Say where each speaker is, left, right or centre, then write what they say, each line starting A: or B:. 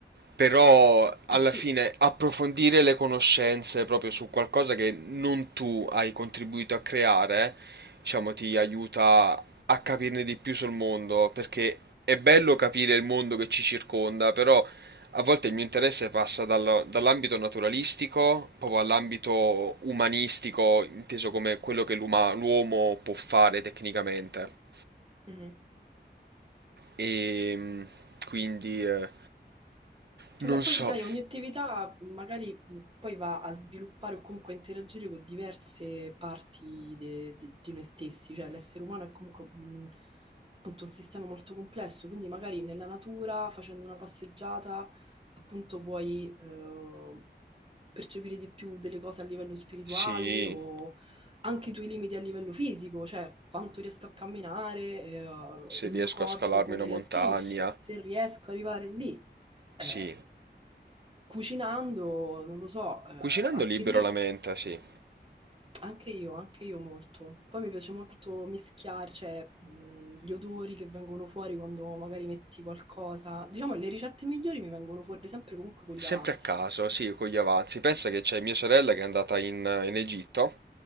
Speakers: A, on the right; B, on the right.
A: però alla
B: Eh sì,
A: fine approfondire le conoscenze proprio su qualcosa che non tu hai contribuito a creare, diciamo, ti aiuta a capirne di più sul mondo, perché è bello capire il mondo che ci circonda, però a volte il mio interesse passa dal- dall'ambito naturalistico proprio all'ambito umanistico, inteso come quello che l'uma- l'uomo può fare tecnicamente.
B: mhm.
A: E mm, quindi eh, non
B: Vabbè,
A: so.
B: poi sai, ogni attività magari mh, poi va a sviluppare o comunque a interagire con diverse parti de- di di noi stessi, cioè l'essere umano è comunque un, appunto un sistema molto complesso, quindi magari nella natura, facendo una passeggiata, appunto puoi eh, percepire di più delle cose a livello spirituale
A: Sì,
B: o anche i tuoi limiti a livello fisico, cioè quanto riesco a camminare, eh,
A: se
B: il
A: riesco
B: mio corpo
A: a scalarmi
B: come
A: una montagna.
B: reagisce, se riesco ad arrivare lì. Eh,
A: Sì.
B: cucinando, non lo so, eh, anche
A: Cucinando libero
B: lì,
A: la menta, sì.
B: anche io, anche io molto. Poi mi piace molto mischiare, cioè, mh, gli odori che vengono fuori quando magari metti qualcosa. Diciamo, le ricette migliori mi vengono fuori sempre comunque con gli
A: Sempre
B: avanzi.
A: a caso, sì, con gli avanzi. Pensa che c'è mia sorella che è andata in, in Egitto